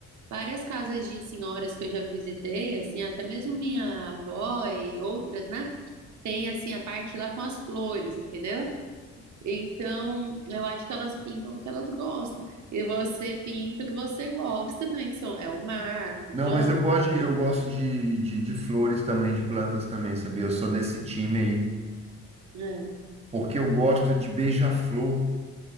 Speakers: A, on the right; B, on the right.
A: várias casas de senhoras que eu já visitei, assim, até mesmo minha avó e outras, né? Tem assim a parte lá com as flores, entendeu? Então, eu acho que elas pintam o que elas gostam. E você pinta o que você gosta também, que são, é o mar, as
B: Não,
A: ondas.
B: mas eu gosto de, eu gosto de, de, de flores também, de plantas também, sabia? Eu sou desse time aí,
A: né?
B: porque eu gosto de beija-flor.